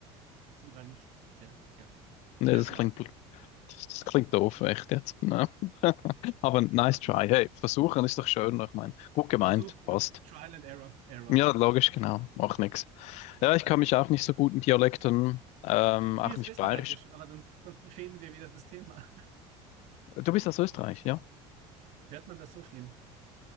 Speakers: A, on the right; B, on the left.
A: Sie war nicht sehr, ja.
B: Nee,
A: Ich höre
B: das
A: schon
B: klingt,
A: auf.
B: bl- das klingt doof, echt jetzt. ne <laughs> Aber nice
A: Lass
B: try.
A: mir's.
B: Hey, versuchen ist doch schön, ich meine. Gut gemeint,
A: Versuch,
B: passt.
A: Trial and Error, Error.
B: Ja, logisch, genau. Macht nichts. Ja, ich kann mich auch nicht so gut in Dialekten, ähm,
A: Probier's
B: auch nicht
A: Österreichisch,
B: bayerisch.
A: aber dann, dann verfehlen wir wieder das Thema.
B: Du bist aus Österreich, ja?
A: Hört man das so schlimm?